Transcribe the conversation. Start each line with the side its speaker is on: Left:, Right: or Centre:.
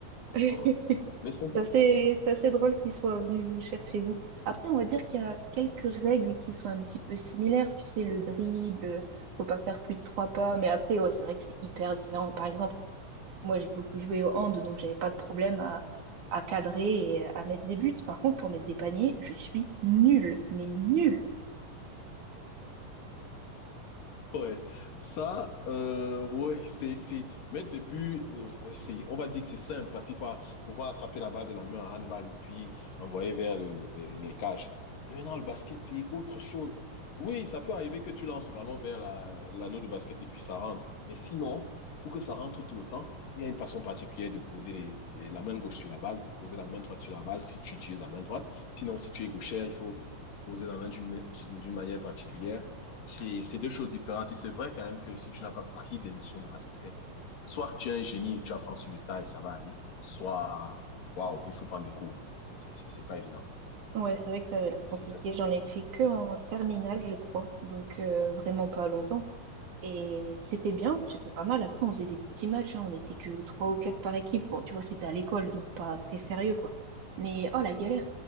Right: <laughs>
Left: Donc... Mais c'est
Right: C'est assez, c'est
Left: intéressant.
Right: assez drôle qu'ils soient venus vous chercher vous. Après, on va dire qu'il y a quelques règles qui sont un petit peu similaires. Tu sais, le dribble, faut pas faire plus de trois pas. Mais après, ouais, c'est vrai que c'est hyper différent. Par exemple, moi, j'ai beaucoup joué au hand, donc j'avais pas de problème à, à cadrer et à mettre des buts. Par contre, pour mettre des paniers, je suis nulle, mais nulle.
Left: Ouais, ça, euh, ouais, c'est, c'est mettre des buts, euh, ouais, c'est, on va dire que c'est simple parce qu'il faut pouvoir attraper la balle de la main en handball et puis envoyer vers le- les cages. Mais non, le basket, c'est autre chose. Oui, ça peut arriver que tu lances le ballon vers la- l'anneau de basket et puis ça rentre. Mais sinon, pour que ça rentre tout le temps, il y a une façon particulière de poser les- la main gauche sur la balle, de poser la main droite sur la balle si tu utilises la main droite. Sinon, si tu es gaucher, il faut poser la main d'une ma- d'une manière particulière c'est c'est deux choses différentes. Et c'est vrai quand même que si tu n'as pas pris des leçons de basket, soit tu es un génie et tu apprends sur le tas et ça va aller, soit, waouh, il faut prendre des cours. C'est c'est c'est pas évident.
Right: Ouais, c'est vrai que ça avait l'air
Left: c'est
Right: compliqué.
Left: Pas...
Right: J'en ai fait que en terminale, je crois. Donc, euh, vraiment pas longtemps. Et c'était bien, c'était pas mal. Après, on faisait des petits matchs, hein, on n'était que trois ou quatre par équipe. Bon, tu vois, c'était à l'école, donc pas très sérieux, quoi. Mais oh la galère.